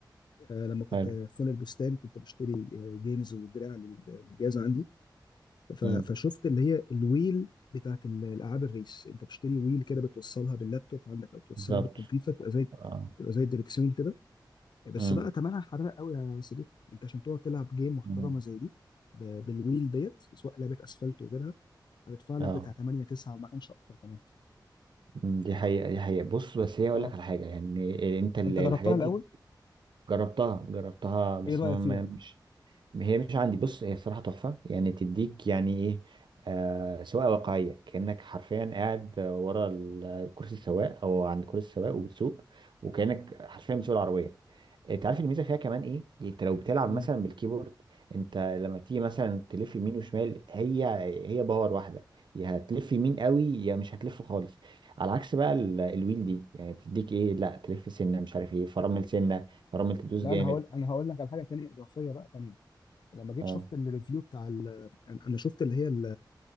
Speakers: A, on the left (about 65°); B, on the right (about 70°).
A: آه لما كنت
B: حلو
A: في فن البستان كنت بشتري آه، جيمز ودراع لل- للجهاز عندي ف-
B: امم
A: فشفت اللي هي الويل بتاعت ال- الالعاب الريس انت بتشتري ويل كده بتوصلها باللابتوب عندك او توصلها
B: بالظبط
A: بالكمبيوتر تبقى زي
B: اه
A: تبقى زي الدركسيون كده بس
B: امم
A: بقى تمنها حراق قوي يا صديقي انت عشان تقعد تلعب جيم محترمه
B: أمم.
A: زي دي ب- بالويل ديت سواء لعبه اسفلت وغيرها هتدفع لك
B: اه
A: بتاع 8 9 ما كانش اكتر كمان
B: أمم، دي حقيقة دي حقيقة بص بس هي اقول
A: اه
B: لك على حاجة يعني آه، انت ال-
A: انت
B: الحاجات
A: جربتها الاول
B: دي جربتها جربتها
A: ايه
B: بس
A: رايك
B: ما
A: فيها
B: ما- مش هي مش عندي بص هي الصراحة تحفة يعني تديك يعني ايه آه سواقة واقعية كأنك حرفيا قاعد ورا ال- كرسي السواق او عند كرسي السواق وبتسوق وكأنك حرفيا بتسوق العربية انت عارف الميزة فيها كمان ايه يعني انت لو بتلعب
A: مم.
B: مثلا بالكيبورد انت لما تيجي مثلا تلف يمين وشمال هي هي باور واحدة يا هتلف يمين قوي يا مش هتلف خالص على عكس بقى ال- الويل دي يعني بتديك ايه لا تلف سنة مش عارف ايه فرامل سنة فرامل تدوس
A: لا
B: جامد
A: انا هقول انا هقول لك على حاجه تانية اضافيه بقى تانية لما جيت
B: اه
A: شفت الريفيو بتاع ال... انا أنا شفت اللي هي ال...